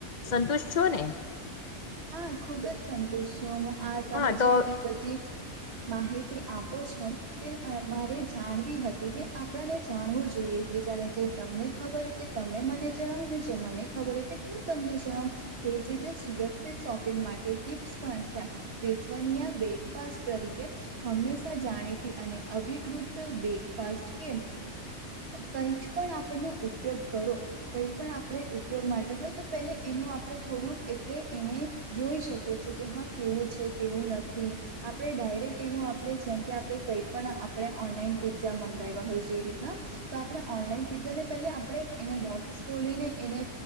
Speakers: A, on the left; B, on the right.
A: સંતુષ્ટ છો ને?
B: હા ખુબ જ સંતુષ છું. આ તમે
A: હા તો
B: જે મને બધી માહિતી આપો છો તે મારે જાણવી હતી ને આપણાને જાણવું જોઈએ બી બજાને જે તમને ખબર હો તે તમે મને જણાવો ને જે મને ખબર હો તે હું તમને જણાવ. તે સીધે સુરત સિર્ફ શોપિંગ માટે ટીપ્સ છે. વિશ્વનીય બ્રેકફાસ્ટ તરીકે હંમેશા જાણીતી અને અભિકૃત બ્રેકફાસ્ટ કે કઈ જ પણ આપણને ઉપયોગ કરો કોઈ પણ આપણે ઉપયોગ માટે હોય તો પે એના આપડે થોડુંક એટલે એને જોઈ શકીએ છીએ કે હા કેવું છે કેવું નથી આપણે ડાયરેક્ટ એનું આપણે જેમ કે આપણે કઈ પણ આપણે ઓનલાઈન પીઝ્ઝા મંગાવ્યા હોય છે એ રીતના તો આપણે ઓનલાઈન પીઝ્ઝા ને પે આપણે એને બોક્સ ખોલીને એને